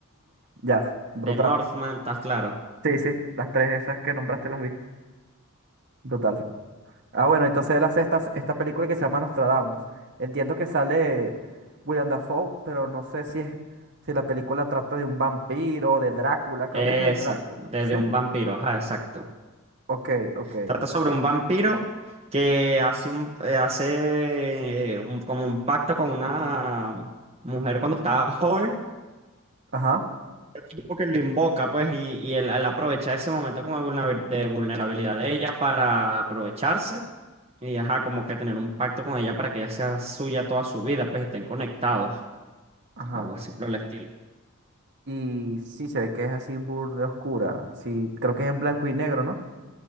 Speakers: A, on the right; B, on the right.
A: ya, brutal.
B: The Northman, ¿estás claro?
A: Sí, sí, las tres esas que nombraste las vi. Brutal. Ah, bueno, entonces él hace esta, esta película que se llama Nostradamus. Entiendo que sale Willem Dafoe, pero no sé si es, si la película trata de un vampiro, de Drácula, creo
B: Exacto,
A: que es de Drácula.
B: desde
A: ¿Sí?
B: un vampiro, ajá, exacto.
A: Ok, ok.
B: Trata sobre un vampiro que hace un, eh, hace eh, un- como un pacto con una mujer cuando estaba joven,
A: Ajá,
B: tipo que lo invoca, pues, y, y él, él aprovecha ese momento como de vulnera- de vulnerabilidad de ella para aprovecharse y, ajá, como que tener un pacto con ella para que ella sea suya toda su vida, pues estén conectados,
A: ajá.
B: algo así por el estilo.
A: Y sí se ve que es así burda oscura. Sí, creo que es en blanco y negro, ¿no?